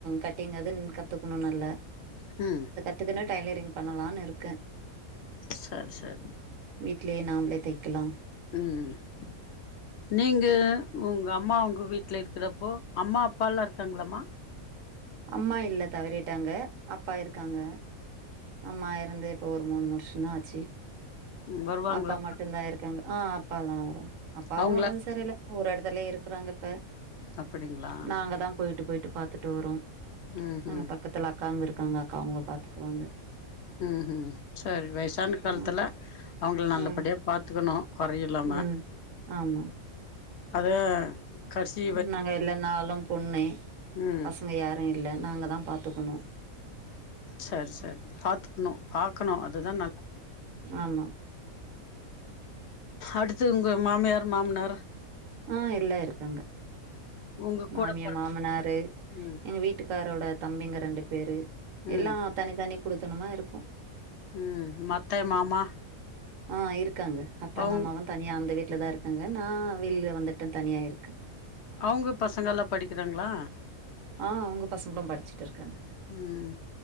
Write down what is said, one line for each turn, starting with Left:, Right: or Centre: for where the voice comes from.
Right: கட்டிங் அதின் கத்துக்ணு நல்ல
Left: ம்
Right: கத்துக்குன்னு டைலரிங் பண்ணலானு இருக்கே
Left: சரி சரி
Right: வீட்லே நாம்ளே தைக்லா
Left: ம் நீங்க உங்க அம்மா உங்க வீட்ல இருக்கிறப்போ அம்மா அப்பாலா இருக்காங்ளாமா
Right: அம்மா இல்ல தவறிட்டாங்க அப்பா இருக்காங்க அம்மா எறந்து இப்ப ஒரு மூணு வர்ஷந்தா ஆச்சு
Left: ம் வருவாங்களா
Right: அப்பா மட்டுந்தா இருக்காங்க ஆ அப் அப்பாலா வரு அப்பாவு
Left: அவங்களா
Right: ஒடம்பு செரியில்ல ஒரெடத்துலே இருக்குறாங்க இப்ப
Left: அப்படிங்களா
Right: நாங்க தா போயிட்டு போயிட்டு பாத்துட்டு வரோ
Left: ம்
Right: அங்க
Left: ம்
Right: பக்கத்துல அக்காங்க இருக்காங்க அக்காவ்ங்க பாத்துக்குவாங்க
Left: ம் ம் சேரி வயசான காலத்துல
Right: ம்
Left: அவ்ங்கள நல்லபடியா
Right: ம்
Left: பாத்துக்கணு கொறையில்லாம
Right: ம் ஆமாம்
Left: அதே கடசி
Right: நாங்க எல்லா நாளு பொண்ணு
Left: ம்
Right: பசங்க யாரு இல்ல நாங்க தா பாத்துக்கணு
Left: சரி சரி பாத்துக்கணு பாக்கணு அதுதா நல்ல
Right: ஆமா
Left: அடுத்து உங்க மாமியாரு மாமனாரு
Right: ஆ எல்லா இருக்காங்க
Left: உங்க
Right: மாமியா
Left: கூட பொறந்த
Right: மாமனாரு
Left: ம்
Right: எங்க வீட்டுக் க்காரோட தம்பிங்க ரெண்டு பேரு
Left: ம்
Right: எல்லா தனி தனி குடுத்தனமா இருக்கோ
Left: ம் மத்தை மாமா
Right: ஆ இருக்காங்க அத்த
Left: அவுங்
Right: மாமா வந் தனியா அந்த வீட்ல தா இருக்காங்க நா வெளிய வந்துட்டே தனியா இருக்கே
Left: அவ்ங்க பசங்களா படிக்கிறாங்ளா
Right: ஆ அவ்ங்க பசங்களு படிச்சிட்ருக்குறாங்க
Left: ம்